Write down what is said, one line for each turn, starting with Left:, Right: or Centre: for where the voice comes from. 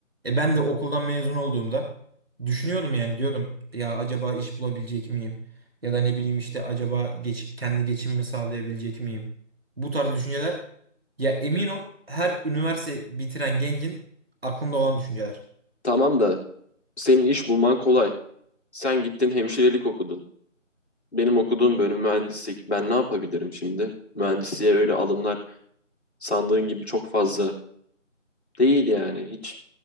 Right: E ben de okuldan mezun olduğumda düşünüyordum yani diyordum ya acaba iş bulabilecek miyim? Ya da ne bileyim işte acaba geç, kendi geçimimi sağlayabilecek miyim? Bu tarz düşünceler ya emin ol her üniversite bitiren gencin aklında olan düşünceler.
Left: Tamam da senin iş bulman kolay. Sen gittin hemşirelik okudun. Benim okuduğum bölüm mühendislik. Ben ne yapabilirim şimdi? Mühendisliğe öyle alımlar Sandığın gibi çok fazla değil yani hiç.